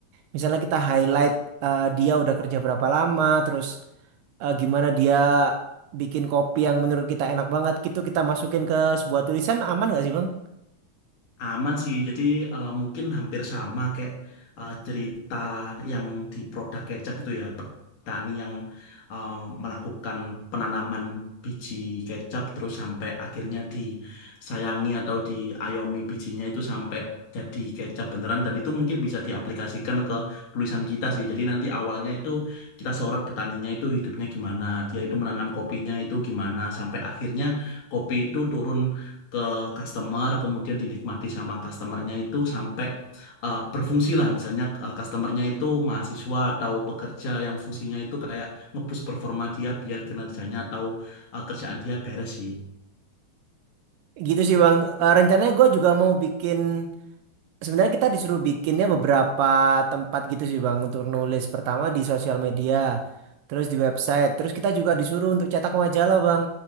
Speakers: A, on the right; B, on the left.
A: Misalnya kita highlight eh, dia udah kerja berapa lama, terus eh, gimana dia bikin kopi yang menurut kita enak banget gitu kita masukin ke sebuah tulisan aman nggak sih Bang?
B: Aman sih, jadi eh, mungkin hampir sama kayak eh, cerita yang di produk kecap itu ya, petani yang eh, melakukan penanaman biji kecap terus sampai akhirnya disayangi atau diayomi bijinya itu sampai jadi kecap beneran dan itu mungkin bisa diaplikasikan ke tulisan kita sih. Jadi nanti awalnya itu kita sorot petaninya itu hidupnya gimana, dia itu menanam kopinya itu gimana sampai akhirnya kopi itu turun ke customer, kemudian dinikmati sama customernya itu sampai eh, berfungsi lah. Misalnya eh, customernya itu mahasiswa atau pekerja yang fungsinya itu kayak nge-boost performa dia biar kinerjanya atau eh, kerjaan dia beres sih.
A: Gitu sih Bang. Eh, rencananya gue juga mau bikin, sebenarnya kita disuruh bikinnya beberapa tempat gitu sih Bang untuk nulis. Pertama di sosial media, terus di website, terus kita juga disuruh untuk cetak majalah Bang.